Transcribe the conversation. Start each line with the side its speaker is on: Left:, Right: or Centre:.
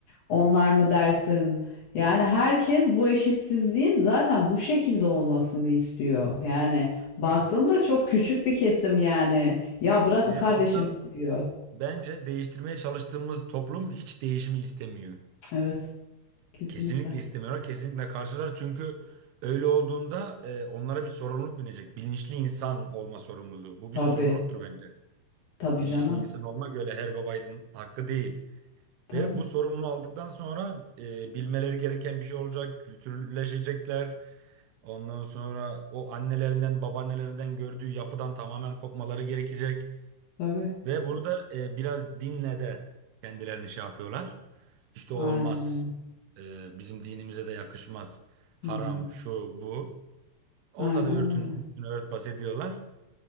Left: Onlar mı dersin? Yani herkes bu eşitsizliğin zaten bu şekilde olmasını istiyor. Yani baktığında
Right: Evet.
Left: çok küçük bir kesim yani. Ya bırakın
Right: Bizim
Left: kardeşim
Right: asıl
Left: diyor.
Right: bence değiştirmeye çalıştığımız toplum hiç değişimi istemiyor.
Left: Evet, kesinlikle.
Right: Kesinlikle istemiyorlar. Kesinlikle karşılar. Çünkü öyle olduğunda e, onlara bir sorumluluk binecek. Bilinçli insan olma sorumluluğu. Bu
Left: Tabii,
Right: bir sorumluluktur bence.
Left: tabii
Right: Bilinçli
Left: canım.
Right: insan olmak öyle her babaydın hakkı değil.
Left: Tabii,
Right: Ve bu sorumluluğu aldıktan sonra e, bilmeleri gereken bir şey olacak, kültürleşecekler. Ondan sonra o annelerinden, babaannelerinden gördüğü yapıdan tamamen kopmaları gerekecek.
Left: tabii.
Right: Ve bunu da e, biraz dinle de kendilerini şey yapıyorlar. İşte
Left: Aynen
Right: olmaz,
Left: öyle.
Right: e, bizim dinimize de yakışmaz, haram,
Left: Hı hı.
Right: şu, bu. Onunla
Left: Aynen
Right: da örtün,
Left: öyle.
Right: üstüne örtbas ediyorlar.